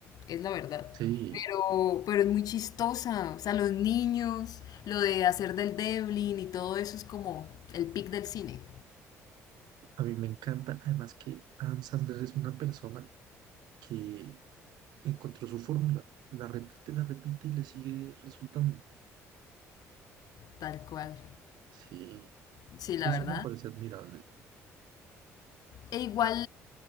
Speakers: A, on the left; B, on the right.
A: es la verdad,
B: Sí,
A: pero, pero es muy chistosa. O sea, los niños, lo de hacer del Devlin y todo eso es como el pic del cine,
B: a mí me encanta. Además que Adam Sandler es una persona que encontró su fórmula, la repite, la repite y le sigue resultando.
A: tal cual.
B: Sí,
A: Sí, la
B: eso
A: verdad.
B: me parece admirable.
A: E igual